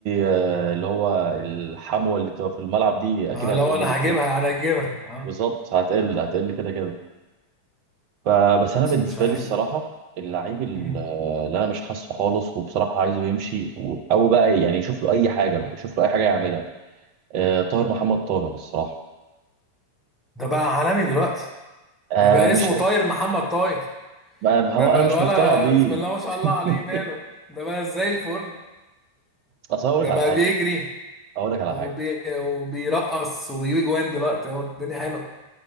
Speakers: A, on the right (about 40°); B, in the centre.
A: آه، اللي هو الحموه اللي بتبقى في الملعب دي اكيد
B: آه
A: هتقل
B: لو انا
A: بكتير
B: هجيبها انا هجيبها اه
A: بالظبط هتقل هتقل كده كده فبس انا
B: بس
A: بالنسبه
B: مش عارف
A: لي الصراحه اللعيب ال-
B: مم.
A: آه، اللي انا مش حاسه خالص وبصراحه عايزه يمشي و- او بقى يعني يشوف له اي حاجه بقى يشوف له اي حاجه يعملها آه، طاهر محمد طاهر الصراحه
B: ده بقى عالمي دلوقتي
A: آه
B: ده بقى
A: مش
B: اسمه طاير محمد طاير
A: ما ما هو
B: ده بقى
A: انا مش
B: الولا
A: مقتنع بيه
B: بسم الله ما شاء
A: <laughs>
B: الله عليه ماله ده بقى زي الفل
A: اصل هقول
B: ده
A: لك على
B: بقى
A: حاجه
B: بيجري
A: هقول لك على
B: وبي...
A: حاجه
B: وبيرقص وبيجيب جوان دلوقتي اهو الدنيا حلوه